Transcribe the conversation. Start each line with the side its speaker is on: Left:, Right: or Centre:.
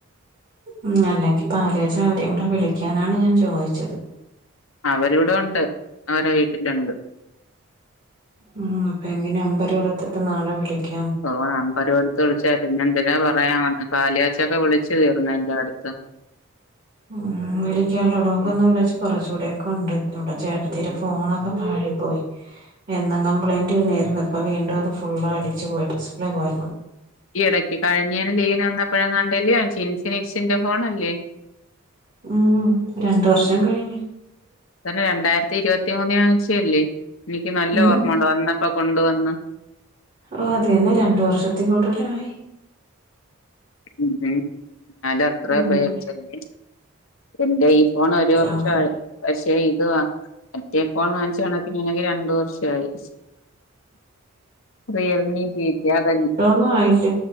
Right: ഉം അല്ലെങ്കി പാലഛന് അവരയും കൂടെ വിളിക്കാനാണ് ഞാൻ ചോയിച്ചത്
Left: അവരിവിടെ ഉണ്ട് അവരെ വീട്ടിലുണ്ട്
Right: ഉം പ്പങ്കി നമ്പര്കൊടുത്തിട്ട് നാളെ വിളിക്കും
Left: ഓഹ് നമ്പറ് കൊടുത്ത് വിളിച്ച പിന്നെ എന്തിന പറയാൻ വന്ന് പാലാച്ചൊക്കെ വിളിച്ചു തീർന്ന എല്ലോടുതും
Right: ഉം വിളിക്കാനുള്ളടോക്ക ഒന്ന് വിളിച്ച് കുറച്ചുകൂടെക്കെണ്ട് ചേട്ടത്തിരെ ഫോണൊക്കെ പ പോയി എന്നും കംപ്ലയിന്റ് ന്നായിരുന്നു ഇപ്പ വീണ്ടും അത് ഫുള്ള അടിച്ച് പോയി ഡിസ്പ്ലേ പോയ
Left: ഈ ഇടയ്ക്ക് കഴിഞ്ഞേന ലീവ്ന വന്നപ്പഴ കണ്ടല്ലേ ചിൻസിനെക്സിന്റെ ഫോണല്ലേ
Right: ഉം രണ്ട് വർഷം കഴിഞ്ഞ്
Left: തന്നെ രണ്ടായിരത്തി ഇരുപത്തി മൂന്നാണ് ച്ചല്ലേ എനിക്ക് നല്ല
Right: ഉം
Left: ഓർമ്മ ഉണ്ടോ <unintelligible> ഇപ്പൊ കൊണ്ടുവന്ന്
Right: ഓഹ് അതെന്നേ രണ്ട് വർഷത്തി കൂടുതലായി
Left: ഉം ഉംന്നാലു അത്ര
Right: അങ്ങനെ
Left: ഉപയോഗിച്ചല്ലേ ന്റെയീ ഫോൺ ഒരു വർഷആയി
Right: അങ്ങനെ
Left: പക്ഷെ ഇത് വാ മറ്റേ ഫോൺ വാങ്ങിച്ചു കണക്കിന് ങ്ങക്ക് രണ്ടു വർഷ ആയി റിയൽമി <unintelligible>
Right: ഫോ ആയിട്ട്